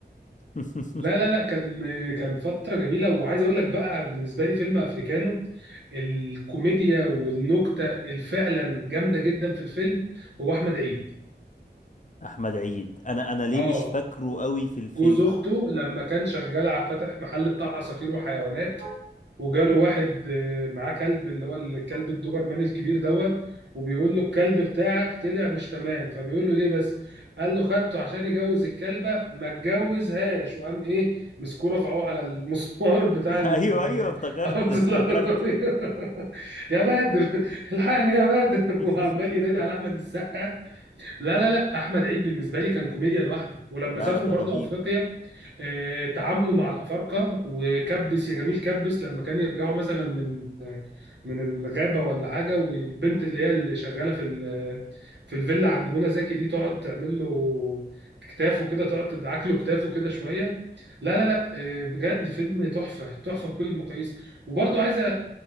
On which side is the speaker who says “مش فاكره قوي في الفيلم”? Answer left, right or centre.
Left